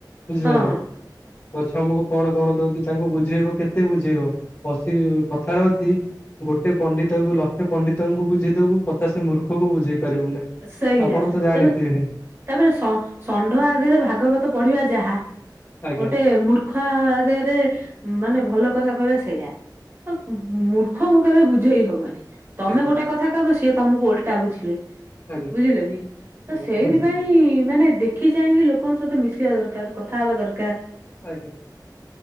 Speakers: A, on the left; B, on the right.
A: ବୁଝିଲେ
B: ହଁ।
A: ନା ପଛମକୁ। କଣ କଣ ଦଉଛିି ତାଙ୍କୁ ବୁଝେଇବ କେତେ ବୁଝେଇବ ଅ କଥାର ଅଛି। ଗୋଟେ ପଣ୍ଡିତ କୁ ଲକ୍ଷ ପଣ୍ଡିତଙ୍କୁ ବୁଝେଇଦବୁ ପଚାଶ ମୂର୍ଖକୁ ବୁଝେଇ ପାରିବୁ ନାହିଁ।
B: ସେଇଆ
A: ଆପଣ ତ ଜାଣିଥିବେ।
B: ତେବେ ତାପରେ ଷଣ୍ଢ ଆଗରେ ଭାଗବତ ପଢିବା ଯାହା
A: ଆଜ୍ଞା
B: ଗୋଟେ ମୂର୍ଖ ଖ ଆଗରେ ମାନେ ଭଲ କଥା କହିବା ସେଇୟା ତ ମୂର୍ଖଙ୍କୁ କେବେ ବୁଝେଇ ହବନି
A: ଆଜ୍ଞା
B: ତମେ ଗୋଟେ କଥା କହିବ ସିଏ ତମକୁ ଓଲଟା ବୁଝିବେ।
A: ଆଜ୍ଞା
B: ବୁଝିଲ କି
A: ଆଜ୍ଞା
B: ତ ସେଇଥିପାଇଁ
A: ବୁଝିଲି
B: ମାନେ ଦେଖ। ଆଖି ଯାଇକି ଲୋକଙ୍କ ସହିତ ମିଶିବା ଦରକାର କଥା ହବା ଦରକାର।
A: ଆଜ୍ଞା